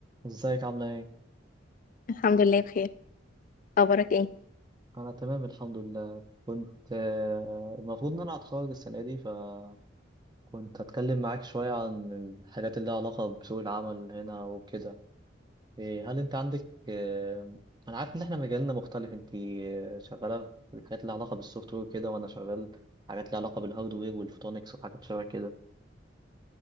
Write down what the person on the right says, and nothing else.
ازيك عاملة ايه؟
أنا تمام الحمد لله كنت آه، المفروض إن أنا هتخرج السنة دي فكنت هتكلم معاك شوية عن الحاجات اللي لها علاقة بسوق العمل هنا وكده إيه، هل أنت عندك آه، أنا عارف إن إحنا مجالنا مختلف أنت آه، شغالة في الحاجات اللي لها علاقة بالسوفت وير كده وأنا شغال حاجات لها علاقة بالهاردوير والفوتونكس وحاجات شبه كده